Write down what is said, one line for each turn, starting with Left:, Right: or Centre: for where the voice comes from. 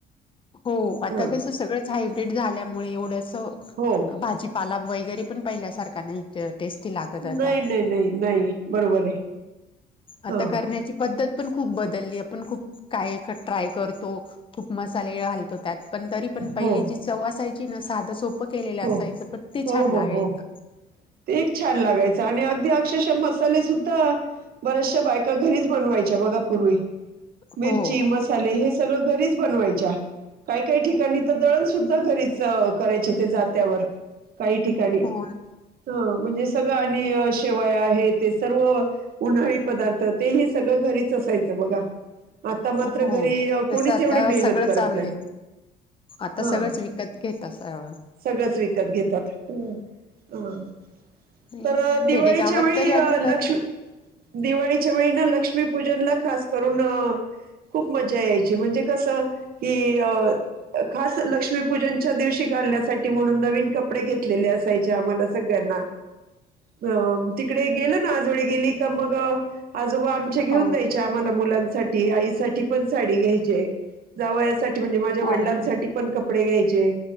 Left: हो आता
Right: हा
Left: कस सगळंच हायब्रिड झाल्यामुळे एवढसं
Right: हो
Left: भाजी पाला वगैरे पण पहिल्यासारखा नायी टेस्टी लागत आता
Right: नायी नायी नायी नायी बरोबरय
Left: आता
Right: हा
Left: करण्याची पद्धत पण खूप बदललीय, आपण खूप काय ट्राय करतो. खूप मसाले घालतो त्यात पण तरी पण पहिली
Right: हो
Left: जी चव असायची ना साधं सोपं केलेलं
Right: हो
Left: असायचं पण ते
Right: हो
Left: छान लागायचं
Right: हो हो ते एक छान लागायचं आणि अगदी अक्षरशः मसाले सुद्धा बऱ्याचशा बायका, घरीच बनवायच्या बघा पूर्वी? मिरची,
Left: हो
Right: मसाले, हे सगळं घरीच बनवायच्या काय काय ठिकाणी तर दळण सुुद्धा घरीच करायचे ते जात्यावर कायी ठिकाणी
Left: हो
Right: हो, म्हणजे सगळं आणि शेवया हे ते सर्व उन्हाळी पदार्थ तेही सगळं घरीच असायचं बघा? आता मात्र
Left: हो
Right: घरी
Left: तसं
Right: कोणीच
Left: आता
Right: एवढी मेहनत
Left: सगळंच
Right: करत
Left: हवे
Right: नाय
Left: आता
Right: हं,
Left: सगळंच विकत घेत सगळं
Right: सगळंच विकत घेतात हं
Left: नाही
Right: तर दिवाळीच्यावेळी
Left: खेडेगावात तरी
Right: अ
Left: अजून
Right: लक्ष्
Left: करता
Right: दिवाळीच्या वेळी ना लक्ष्मीपूजनला खास करून, अ खूप मजा यायची म्हणजे कसं? कि अ खास लक्ष्मीपूजनच्या दिवशी घालण्यासाठी म्हणून नवीन कपडे घेतलेले असायचे आम्हाला सगळ्यांना हं म तिकडे गेली ना, आजोळी गेली का मग आजोबा आमचे घेऊन
Left: हो
Right: द्यायचे. ते आम्हांला मुलांसाठी, आईसाठी पण साडी घ्यायचे, जावयासाठी म्हणजे माझ्या
Left: हो,
Right: वडिलांसाठी पण कपडे घ्यायचे,